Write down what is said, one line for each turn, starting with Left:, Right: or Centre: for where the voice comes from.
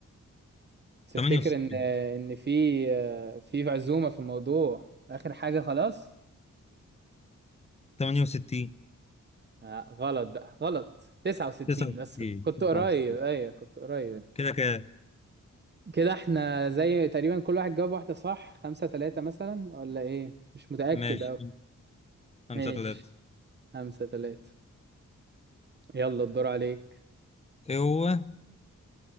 Right: تفتكر
Left: 68
Right: ان ان في في عزومة في الموضوع اخر حاجة خلاص
Left: 68
Right: آه غلط بقى غلط 69
Left: 69
Right: بس كنت قريب
Left: 69
Right: ايوه كنت قريب
Left: كده كده
Right: كده احنا زي تقريبا كل واحد جاب واحدة صح خمسة تلاتة مثلا ولا ايه مش متأكد
Left: ماشي
Right: اوي
Left: خمسة
Right: ماشي
Left: تلاتة
Right: خمسة تلاتة يلا الدور عليك
Left: ايه هو